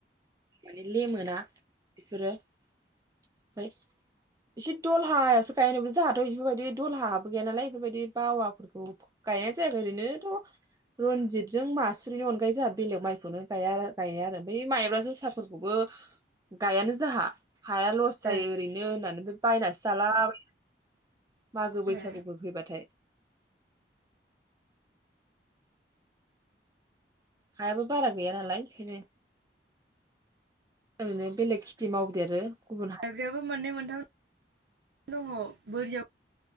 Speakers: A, on the right; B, on the right.
A: माने लेमोना बेफोरो ओमफ्राय एसे दलहायावसो गायनो मोजाङाथ' इफोरबायदि दलहा हाबो गैया नालाय बेफोरबायदि बावाफोरखौ गायनाय जाया आरो ओरैनोथ' रनजितजों मासुरिनि अनगायै जोंहा बेलेग माइखौनो गाया गाया आरो बे माइब्रा जोसा फोरखौबो गायानो जोंहा हाया लस जायो
B: आरो
A: ओरैनो होननानैबो बायनानैसो जालाबायो मागो बैसागुफोर
B: ए
A: फैबाथाय। हायाबो बारा गैया नालाय बेखायनो ओरैनो बेलेग खेथि मावदेरो गुबुन हा
B: माइब्रायाबो मोननै मोनथाम दङ बोरियाव